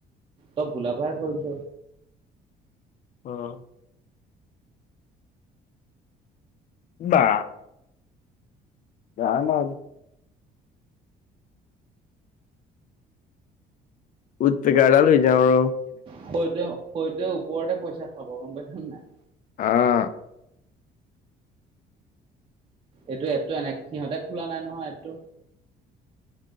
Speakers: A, on the right (about 30°); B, on the left (about 50°).
A: তই ভোলা পাই কৰিছ।
B: অঁ'। বা। যাম আৰু। উত পিকাডাল লৈ যাওঁ ৰ।
A: হয়তোৱে, হয়তোৱে ওপৰতে পইচা খাব গম পাইছা নে নাই।
B: অ'।
A: এইটো এপটো এনেকে, সিহঁতে খোলা নাই নহয় এপটো।